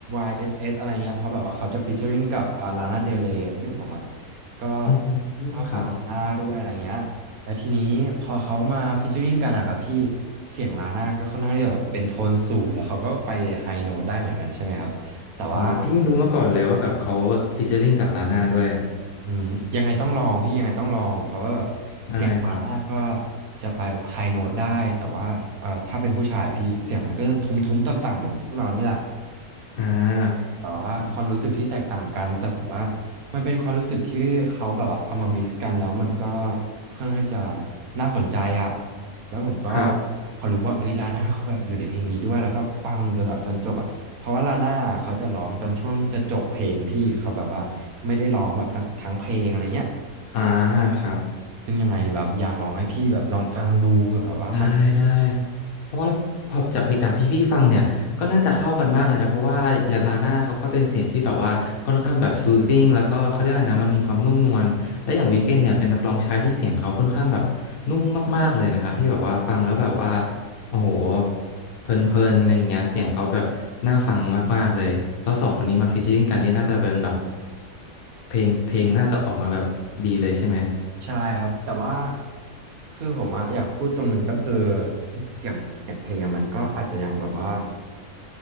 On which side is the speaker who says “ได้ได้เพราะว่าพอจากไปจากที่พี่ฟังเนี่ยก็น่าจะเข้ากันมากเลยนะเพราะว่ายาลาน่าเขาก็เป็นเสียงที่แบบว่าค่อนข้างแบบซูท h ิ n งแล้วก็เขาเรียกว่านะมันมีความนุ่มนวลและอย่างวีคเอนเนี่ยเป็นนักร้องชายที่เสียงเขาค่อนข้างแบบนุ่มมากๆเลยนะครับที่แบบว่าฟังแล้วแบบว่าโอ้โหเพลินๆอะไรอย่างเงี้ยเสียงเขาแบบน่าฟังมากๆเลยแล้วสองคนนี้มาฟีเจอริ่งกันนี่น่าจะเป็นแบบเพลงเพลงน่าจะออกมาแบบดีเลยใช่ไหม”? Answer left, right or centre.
Left